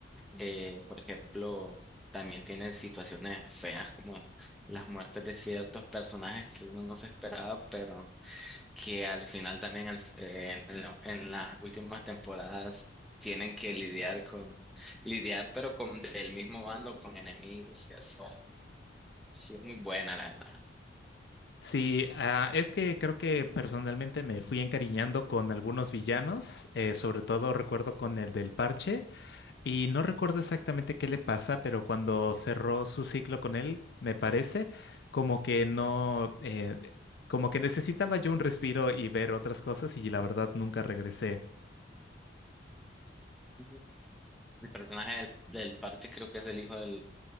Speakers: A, in the centre; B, on the left.
A: Eh, por ejemplo, también tiene situaciones feas como las muertes de ciertos personajes que uno no se esperaba, pero que al final también al- eh, en, en la- en las últimas temporadas tienen que lidiar con, lidiar pero con del mismo bando, con enemigos y así. Sí, es muy buena, la verdad.
B: Sí, ah, es que creo que personalmente me fui encariñando con algunos villanos, eh, sobre todo recuerdo con el del parche y no recuerdo exactamente qué le pasa, pero cuando cerró su ciclo con él, me parece como que no, eh, como que necesitaba yo un respiro y ver otras cosas y la verdad nunca regresé.
A: Ujú. El personaje del, del parche creo que es el hijo del,